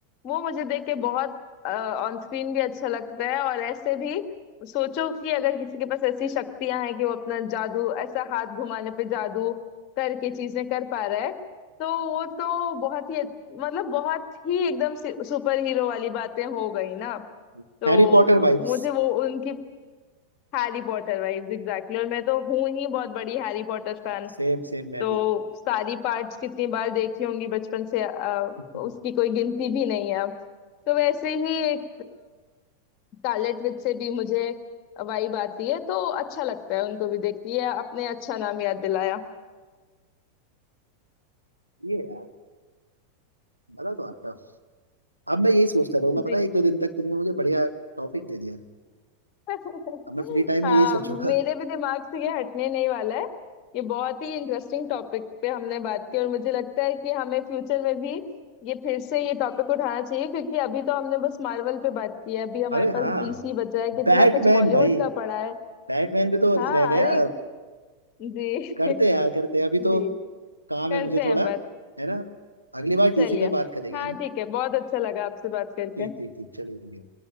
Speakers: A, on the left; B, on the right.
A: वो मुझे देख के बहुत ऑन स्क्रीन भी अच्छा लगता है और ऐसे भी सोचो कि अगर किसी के पास ऐसी शक्तियां हैं कि वो अपना जादू ऐसा हाथ घुमाने पे जादू करके चीजें कर पा रहा है तो वो तो बहुत ही मतलब बहुत ही एकदम सुपर हीरो वाली बातें हो गई ना
B: <laughs>
A: तो
B: Harry Potter vibes
A: मुझे वो उनकी हैरी पॉटर वाइब्स एग्जैक्टली और मैं तो हूँ ही बहुत बड़ी हैरी पॉटर फैन
B: Same same मैं
A: तो
B: भी
A: सारी पार्ट्स कितनी बार देखी होंगी बचपन से अ,
B: <laughs>
A: उसकी कोई गिनती भी नहीं है अब तो वैसे ही एक स्कारलेट विच से भी मुझे वाइब आती है तो अच्छा लगता है उनको भी देख के ये आपने अच्छा नाम याद दिलाया
B: ये यार मजा तो आता है। अब मैं यही सोचता रहूंगा पता
A: जी
B: है एक दो दिन तक तुमने मुझे बढ़िया टॉपिक दे दिया
A: <laughs>
B: अब मैं फ्री टाइम
A: हाँ
B: में यही सोचूंगा
A: मेरे भी दिमाग से ये हटने नहीं वाला है ये बहुत ही इंटरेस्टिंग टॉपिक पे हमने बात की और मुझे लगता है कि हमें फ्यूचर में भी ये फिर से ये टॉपिक उठाना चाहिए क्योंकि अभी तो हमने बस मार्वल पे बात की है
B: <laughs>
A: अभी हमारे
B: अरे हाँ
A: पास डीसी बचा है कितना
B: बैटमैन
A: कुछ बॉलीवुड
B: भाई
A: का पड़ा है
B: बैटमैन भी तो
A: हाँ
B: रह गया
A: अरे जी
B: करते
A: <laughs>
B: हैं यार करते हैं अभी तो
A: जी
B: काम
A: करते
B: है मुझे
A: हैं
B: थोड़ा
A: बात
B: है ना अगली बार डीसी
A: चलिए
B: पे बात करेंगे
A: हाँ
B: है ना
A: ठीक है बहुत अच्छा लगा आपसे बात करके
B: ठीक ठीक ठीक चलो ठीक है